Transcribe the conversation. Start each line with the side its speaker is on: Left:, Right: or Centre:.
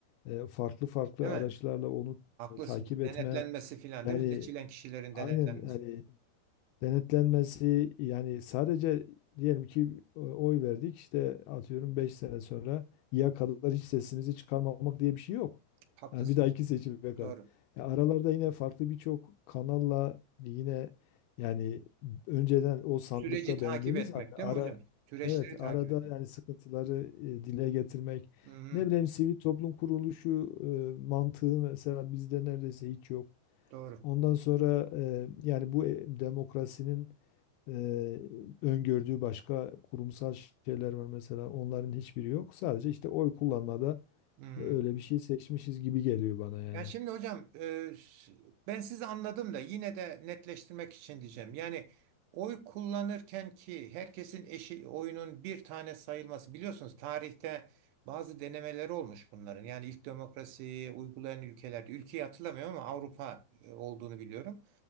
Left: e, farklı farklı
Right: değil mi?
Left: araçlarla onu
Right: Haklısınız.
Left: e, takip
Right: Denetlenmesi
Left: etme
Right: filan
Left: yani
Right: değil mi? Seçilen kişilerin
Left: aynen
Right: denetlenmesi.
Left: yani Denetlenmesi yani sadece diyelim ki e, oy verdik işte atıyorum 5 sene sonra ya kadar hiç sesimizi çıkarmamak diye bir şey yok.
Right: Haklısınız.
Left: Yani bir dahaki seçime kadar.
Right: Doğru.
Left: Ya aralarda yine farklı birçok kanalla yine yani önceden o sandıkta
Right: Süreci takip
Left: beğendiğimiz
Right: etmek
Left: halde ara
Right: değil mi hocam? Süreçleri
Left: evet
Right: takip
Left: arada
Right: etmek.
Left: yani sıkıntıları e, dile getirmek
Right: Hı hı,
Left: ne bileyim sivil toplum kuruluşu e, mantığı mesela bizde neredeyse hiç yok.
Right: doğru.
Left: Ondan sonra e, yani bu e, demokrasinin Eee, öngördüğü başka kurumsal şeyler var mesela onların hiçbiri yok. Sadece işte oy kullanmada
Right: Hı.
Left: e, öyle bir şey seçmişiz gibi geliyor bana yani.
Right: Yani şimdi hocam e, s- ben sizi anladım da yine de netleştirmek için diyeceğim. Yani oy kullanırken ki herkesin eşi oyunun bir tane sayılması biliyorsunuz tarihte bazı denemeleri olmuş bunların. Yani ilk demokrasiyi uygulayan ülkelerde ülkeyi hatırlamıyorum ama Avrupa e, olduğunu biliyorum.